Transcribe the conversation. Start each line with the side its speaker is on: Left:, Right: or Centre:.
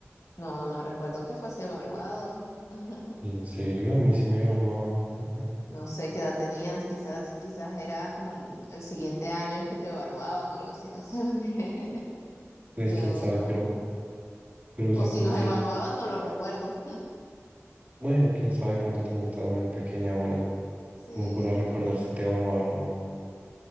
Left: No, no recuerdo que fuese evaluado. <laughs>
Right: En serio, a mí sí me evaluaban. <laughs>
Left: No sé qué edad tenías, quizás, quizás era como el siguiente año es que te evaluaban o algo así, no sé. <laughs> porque
Right: Pues
Left: Yo
Right: quién sabe,
Left: no.
Right: pero, pero o sea,
Left: O
Right: con
Left: si nos
Right: decir,
Left: evaluaban, no lo recuerdo. <laughs>
Right: bueno, quién sabe, de pronto también estabas muy pequeña o algo,
Left: Sí,
Right: como para recordar si te evaluaron o no.